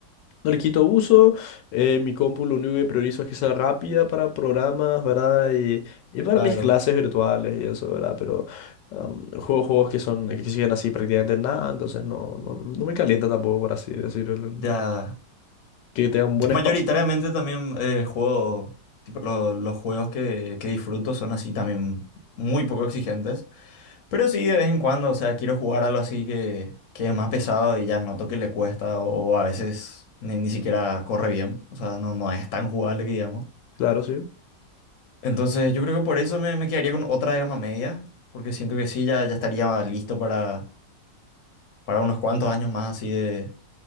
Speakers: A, on the left (about 80°); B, on the left (about 50°).
A: no le quito uso, eh, mi compu lo único que priorizo es que sea rápida para programas, ¿verdad? Y, y para
B: claro.
A: mis clases virtuales y eso, ¿verdad? Pero am, juego juegos que son que exigen así prácticamente nada, entonces no, no, no me calienta tampoco, por así decirlo
B: Ya.
A: que tenga un
B: Yo
A: buen
B: mayoritariamente
A: espacio.
B: también eh, juego, tipo lo- los juegos que, que disfruto son así también muy poco exigentes. Pero sí, de vez en cuando, o sea, quiero jugar algo así que, que es más pesado y ya noto que le cuesta o, o a veces ni, ni siquiera corre bien, o sea, no, no es tan jugable que digamos.
A: Claro, sí.
B: Entonces yo creo que por eso me, me quedaría con otra gama media, porque siento que sí, ya, ya estaría listo para, para unos cuantos años más así de,